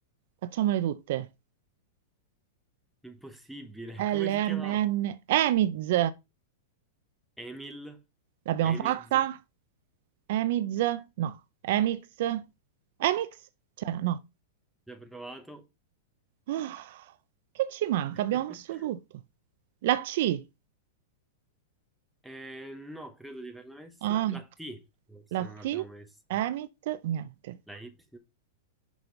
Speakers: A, on the right (about 55°); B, in the centre.
A: Facciamole tutte.
B: impossibile.
A: LMN.
B: <laughs> Come si chiamava?
A: Emiz.
B: EMIL,
A: L'abbiamo
B: EMIZ,
A: fatta? Emiz? No. Emix? Emix? C'era, no.
B: già provato.
A: Ah, che ci manca?
B: <laughs>
A: Abbiamo messo tutto. La C.
B: Eh, no, credo di averla messa.
A: Ah,
B: La T, forse
A: la
B: non
A: T.
B: l'abbiamo messa.
A: Emit. Niente.
B: La Y.